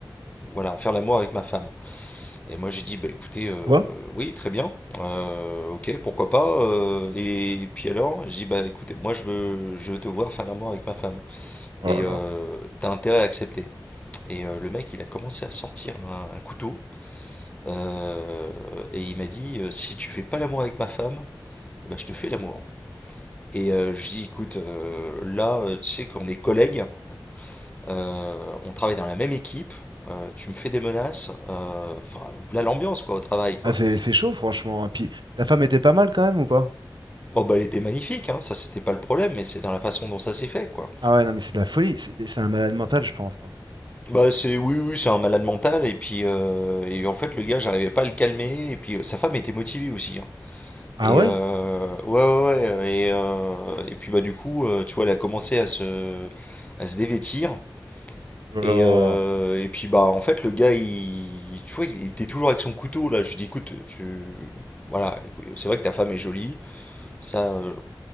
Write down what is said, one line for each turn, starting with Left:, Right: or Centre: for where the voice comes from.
Left: voilà, faire l'amour avec ma femme. Et moi j'ai dit, bah écoutez, euh,
Right: Quoi?
Left: oui, très bien, euh, ok, pourquoi pas. euh, et puis alors, j'ai dit, bah écoutez, moi je veux, je veux te voir faire l'amour avec ma femme.
Right: Oh
Left: Et
Right: là là.
Left: euh, t'as intérêt à accepter. Et euh, le mec, il a commencé à sortir un, un couteau. euh, et il m'a dit, euh, si tu fais pas l'amour avec ma femme, bah, je te fais l'amour. Et euh, je dis, écoute, euh, là, euh, tu sais qu'on est collègues, euh, on travaille dans la même équipe, euh, tu me fais des menaces, euh, enfin, voilà l'ambiance, quoi, au travail, quoi.
Right: Ah, c'est, c'est chaud, franchement. hein. Puis, ta femme était pas mal quand même ou pas?
Left: Bon, bah, elle était magnifique, hein, ça, c'était pas le problème, mais c'est dans la façon dont ça s'est fait, quoi.
Right: Ah ouais, non, mais c'est de la folie. C'est c'est un malade mental, je pense. hein.
Left: Bah, c'est, oui, oui, c'est un malade mental, et puis, euh, et en fait, le gars, j'arrivais pas à le calmer, et puis, euh, sa femme était motivée aussi, hein.
Right: Ah
Left: Et,
Right: ouais?
Left: euh, ouais, ouais, ouais, et, euh, et puis, bah, du coup, euh, tu vois, elle a commencé à se, à se dévêtir,
Right: Oh là
Left: Et,
Right: là.
Left: euh, et puis bah en fait le gars il tu vois il était toujours avec son couteau là je lui dis écoute tu voilà c'est vrai que ta femme est jolie ça euh,